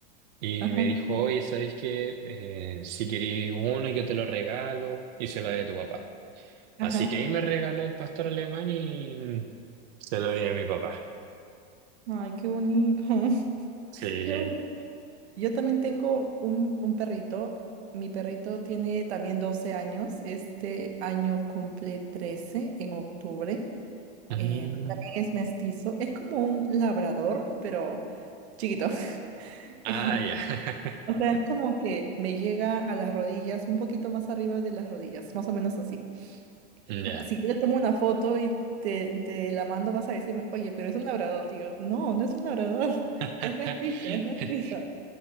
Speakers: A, on the right; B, on the right.
A: y
B: Ajá.
A: me dijo, oye, ¿sabéis qué? Eh, si queréis uno, yo te lo regalo y se lo doy a tu papá.
B: Ajá.
A: Así que ahí me regaló el pastor alemán y se lo di a mi papá.
B: Ay, qué bonito. <laughs>
A: Sí.
B: Qué Yo también tengo un, un perrito. Mi perrito tiene también 12 años. Este año cumple 13 en octubre.
A: Mm.
B: Em, también es mestizo. Es como un labrador, pero chiquito.
A: Ah,
B: <laughs>
A: ya. <laughs>
B: O sea, es como que me llega a las rodillas, un poquito más arriba de las rodillas, más o menos así.
A: Ya.
B: <laughs> Si yo le tomo una foto y te, te la mando, vas a decirme, oye, pero es un labrador. Y yo, no, no es un labrador, <laughs>
A: <laughs>
B: es mestizo, es mestizo.